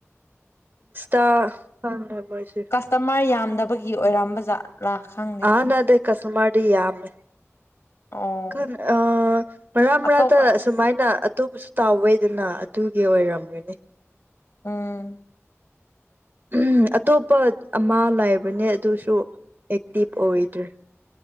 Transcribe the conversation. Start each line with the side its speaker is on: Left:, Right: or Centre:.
Right: <unintelligible> ꯍꯥꯞꯅꯕꯩꯁꯤ
Left: ꯇꯃꯔ ꯌꯥꯝꯗꯕꯒꯤ ꯑꯣꯏꯔꯝꯕꯖꯥꯠ ꯂꯥꯈꯪ
Right: ꯑꯥ ꯅꯠꯗꯦ ꯀꯁꯇꯃꯔꯗꯤ ꯌꯥꯝꯃꯦ
Left: ꯑꯣ
Right: ꯈꯟ ꯑꯥ ꯃꯔꯛ ꯃꯔꯛꯇ
Left: ꯑꯇꯣꯞꯄ
Right: ꯑꯗꯨꯃꯥꯏꯅ ꯑꯇꯣꯞꯄꯁꯨ ꯇꯧꯋꯦꯗꯅ ꯑꯗꯨꯒꯤ ꯑꯣꯏꯔꯝꯒꯅꯤ
Left: ꯎꯡ
Right: ꯎꯝ ꯑꯇꯣꯞꯄ ꯑꯃ ꯂꯩꯕꯅꯦ ꯑꯗꯨꯁꯨ ꯑꯦꯛꯇꯤꯚ ꯑꯣꯏꯗ꯭ꯔꯦ